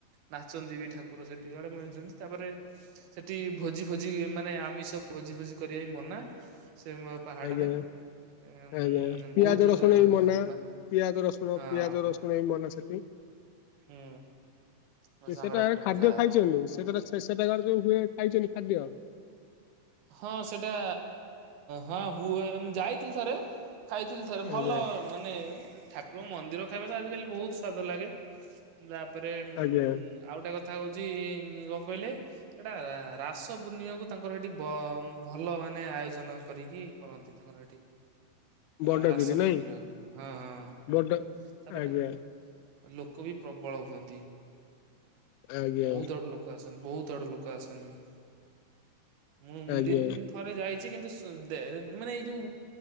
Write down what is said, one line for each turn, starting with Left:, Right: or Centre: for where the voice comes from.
Right: ନାଚନ୍ତି ବି ଠାକୁ କୁକୁର ସେଠି କାଳେ ମିଳିଛନ୍ତି। ତାପରେ ସେଠି ଭୋଜ ଫୋଜି ମାନେ ଆମିଷ ଭୋଜି ଫୋଜି କରିବାବି ମନା ସେ ପାହାଡରେ
Left: ଆଜ୍ଞା
Right: ଉଁ
Left: ଆଜ୍ଞା
Right: ବହୁତ
Left: ପିଆଜ ରସୁଣ ବି ମନା
Right: ମାନେ
Left: ପିଆଜ ରସୁଣ
Right: ହଁ।
Left: ପିଆଜ ରସୁଣ ଶଣେଇ ମନ ସେଠି
Right: ହୁଁ। ମୋ ସାଙ୍ଗଟା
Left: ସେଟା
Right: କହୁଥିଲା
Left: ଖାଦ୍ୟ ଖାଇଛନ୍ତି
Right: ମାନେ
Left: ସେଠାରେ ସେଠାକାର ଯୋଉ ହୁଏ ଖାଇଛନ୍ତି ଖାଦ୍ୟ?
Right: ହଁ ସେଇଟା ହଁ ହୁଏ ମୁଁ ଯାଇଥିଲି ଥରେ ଖାଇଥିଲି ଥରେ
Left: ଆଜ୍ଞା
Right: ଭଲ ମାନେ ଠାକୁର ମନ୍ଦିର ଖାଇବା ତ ଆଜିିକାଲି ବହୁତ ସ୍ଵାଦ ଲାଗେ ତାପରେ ଉ ଆଉ
Left: ଆଜ୍ଞା
Right: ଗୋଟେ କଥା ହଉଚ କଣ କହିଲେ ହେଟା ରାସ ପୂର୍ଣ୍ଣିମାକୁ ତାଙ୍କର ହେଠି ଭଲ ମାନେ ଆୟୋଜନ କରିକି କରନ୍ତି ତାଙ୍କର ହେ।
Left: ବଡଗିରି
Right: ରାସ
Left: ନାଇଁ
Right: ପୂର୍ଣ୍ଣିମାକୁ ହଁ ହଁ
Left: ବଡ
Right: ତାପରେ
Left: ଆଜ୍ଞା
Right: ଲୋକ ବି ପ୍ରବଳ ହୁଅନ୍ତି
Left: ଆଜ୍ଞା
Right: ବହୁତ ଆଡୁ ଲୋକ ଲୋକ ଆସନ୍ତି ବହୁତ ଆଡୁ ଲୋକ ଆସନ୍ତି ମୁଁ
Left: ଆଜ୍ଞା
Right: ଦି ଥରେ ଯାଇଛି କିନ୍ତୁ ସ ଦେ ମାନେ ଏଇ ଯୋଉ